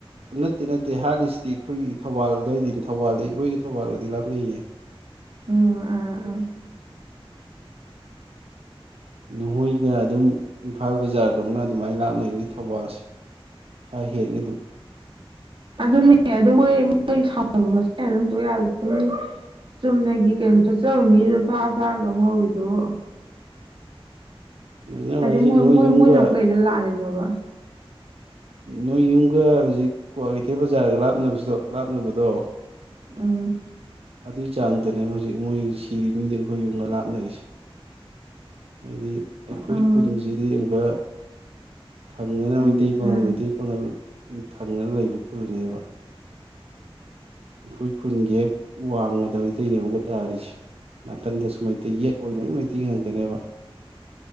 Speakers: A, on the right (about 85°); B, on the right (about 55°).
A: ꯅꯠꯇꯦ ꯅꯠꯇꯦ ꯍꯥꯂꯤꯁꯤ ꯑꯩꯈꯣꯏꯒꯤ ꯊꯧꯕꯥꯜꯗꯋꯥꯏꯗꯤ ꯊꯧꯕꯥꯜꯗꯤ ꯑꯩꯈꯣꯏꯒꯤ ꯊꯧꯕꯥꯜꯒꯗꯤ ꯂꯥꯞꯅꯩꯌꯦ
B: ꯎꯝ ꯑ ꯑ
A: ꯅꯍꯣꯏ ꯑꯩ ꯑꯗꯨꯝ ꯏꯝꯐꯥꯜ ꯕꯖꯥꯔꯗꯧꯅ ꯑꯗꯨꯃꯥꯏꯅ ꯂꯥꯞꯅꯅꯤ ꯊꯧꯕꯥꯜꯁꯦ ꯈꯔ ꯍꯦꯅꯤ ꯑꯗꯨꯝ
B: ꯑꯗꯨꯅꯦ ꯑꯗꯨ ꯃꯣꯏ ꯃꯣꯏ ꯁꯥꯎꯅꯕ ꯃꯁꯦꯟ ꯑꯗꯨꯝ ꯇꯧ ꯌꯥꯕꯗꯨ ꯆꯨꯝꯅꯒꯤ ꯀꯩꯅꯣ ꯆꯠꯆꯕ ꯃꯤꯗꯨꯗ ꯐꯥ ꯐꯥꯔꯒ ꯑꯃꯨꯛ ꯍꯧꯋꯤꯗꯨꯕꯨ
A: ꯅꯛꯅꯕ
B: ꯍꯥꯏꯗꯤ
A: ꯍꯥꯏꯁꯦ
B: ꯃꯣꯏ
A: ꯅꯣꯏ
B: ꯃꯣꯏ
A: ꯌꯨꯝꯒ
B: ꯃꯣꯏꯅ ꯑꯃꯨꯛ ꯀꯩꯗ ꯂꯥꯂꯤꯅꯣꯕ
A: ꯅꯣꯏ ꯌꯨꯝꯒ ꯍꯧꯖꯤꯛ ꯀ꯭ꯋꯥꯀꯩꯊꯦꯜ ꯕꯖꯥꯔꯒ ꯂꯥꯞꯅꯕꯁꯤꯗꯣ ꯂꯥꯞꯅꯕꯗꯣ
B: ꯎꯝ
A: ꯑꯗꯨꯏ ꯆꯥꯡ ꯗꯅꯦ ꯍꯧꯖꯤꯛ ꯃꯣꯏ ꯁꯤꯔꯤ ꯃꯤꯗ ꯑꯩꯈꯣꯏ ꯌꯨꯝꯒ ꯂꯥꯞꯅꯔꯤꯁꯦ ꯍꯥꯏꯗꯤ ꯑꯩꯈꯣꯏ
B: ꯎꯝ
A: ꯈꯨꯟꯁꯤꯗꯤ <unintelligible> ꯊꯪꯅꯅ
B: ꯈꯪꯉꯦ
A: ꯃꯩꯇꯩꯩ ꯄꯪꯒꯜ
B: ꯑꯥ
A: ꯃꯩꯇꯩ ꯄꯪꯒꯜ ꯊꯪꯅ ꯂꯩ ꯕꯨ ꯈꯨꯜꯅꯦꯕ ꯑꯩꯈꯣꯏ ꯈꯨꯟꯒꯤ ꯍꯦꯛ ꯋꯥꯡꯃꯗ ꯃꯩꯇꯩꯅꯦ ꯑꯃꯨꯒ ꯇꯥꯔꯤꯁꯦ ꯅꯥꯀꯟꯗꯁꯨ ꯃꯩꯇꯩ ꯌꯦꯠ ꯑꯣꯏꯅ ꯂꯣꯏꯅ ꯃꯩꯇꯩ ꯉꯥꯛꯇꯅꯦꯕ